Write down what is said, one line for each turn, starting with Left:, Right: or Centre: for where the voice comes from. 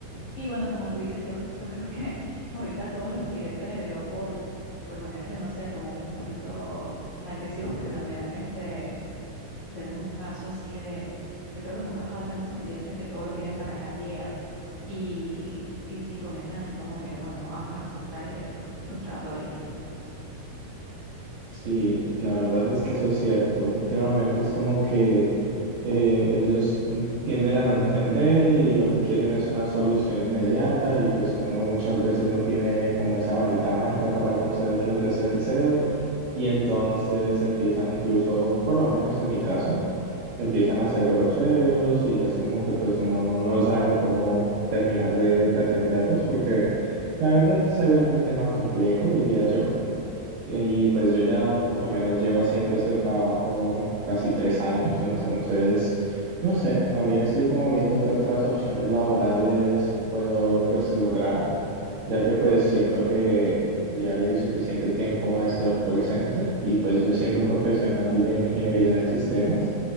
Left: Y bueno, como tú dices, yo, cre- yo creo que <laughs> ahorita a todos los clientes les dio por, por ponerse, no sé, como un poquito agresivos, porque también este, tenemos un caso así de, yo creo que nunca faltan esos clientes que todo lo quieren para ayer y, y, y comienzan así como que, bueno, a, a frustrar y querer frus- frustrar a todo el equipo.
Right: Sí, la verdad es que eso es cierto. Últimamente es como que eh, ellos mm, tienden a no entender y lo que quieren es una solución inmediata y pues uno muchas veces no tiene como esa varita mágica para concederles ese deseo y entonces empiezan incluso, por lo menos en mi caso, empiezan a ser groseros y ya es como que pues uno no, no sabe ni cómo terminar de, de atenderlos porque la verdad se vuelve un tema complejo, diría yo. Y, ahí, pues yo ya por lo menos llevo haciendo este trabajo casi tres años, entonces, no sé, también estoy como viendo qué otras opciones laborales puedo pues lograr ya que pues siento que ya le di suficiente tiempo a esto del call center y pues yo siendo profesional de ingeniería de sistemas,